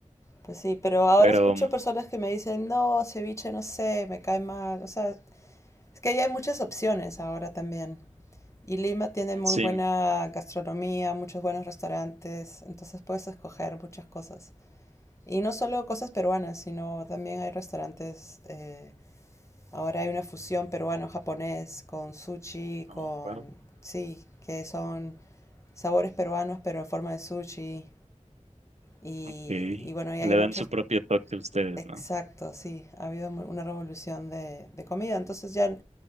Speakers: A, on the left (about 25°); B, on the right (about 60°).
A: Pues sí, pero ahora
B: Pero
A: escucho
B: mm,
A: personas que me dicen, no, ceviche, no sé, me cae mal. O sea, es que ahí hay muchas opciones ahora también. Y Lima tiene muy
B: sí,
A: buena gastronomía, muchos buenos restaurantes, entonces puedes escoger muchas cosas. Y no solo cosas peruanas, sino también hay restaurantes. eh, ahora hay una fusión peruano-japonés con sushi,
B: no,
A: con...
B: wow,
A: Sí, que son sabores peruanos, pero en forma de sushi. Y,
B: ok.
A: y bueno, y
B: Le
A: hay muchos...
B: dan su propio toque a ustedes,
A: Exacto,
B: ¿no?
A: sí. Ha habido mu- una revolución de, de comida. Entonces ya